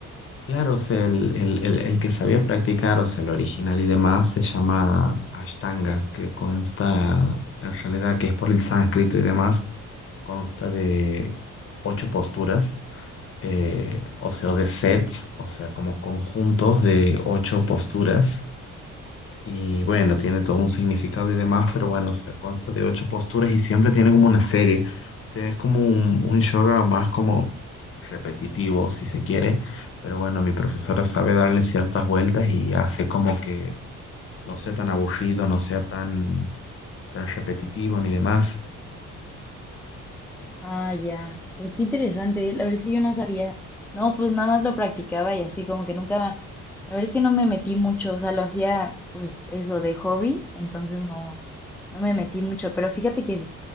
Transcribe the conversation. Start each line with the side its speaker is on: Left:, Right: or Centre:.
Left: Claro, o sea, el, el- el- el que sabía practicar, o sea, el original y demás, se llama Ashtanga, que consta, en realidad, que es por el sánscrito y demás, consta de ocho posturas, eh, o sea, de sets, o sea, como conjuntos de ocho posturas y bueno, tiene todo un significado y demás, pero bueno, o sea, consta de ocho posturas y siempre tiene como una serie. O sea, es como un, un yoga más como repetitivo, si se quiere. Pero bueno, mi profesora sabe darle ciertas vueltas y hace como que no sea tan aburrido, no sea tan, tan repetitivo ni demás.
Centre: Ah, ya. Pues qué interesante. La verdad es que yo no sabía. No, pues nada más lo practicaba y así como que nunca... me- La verdad es que no me metí mucho. O sea, lo hacía pues eso de hobby. Entonces no, no me metí mucho. Pero fíjate que es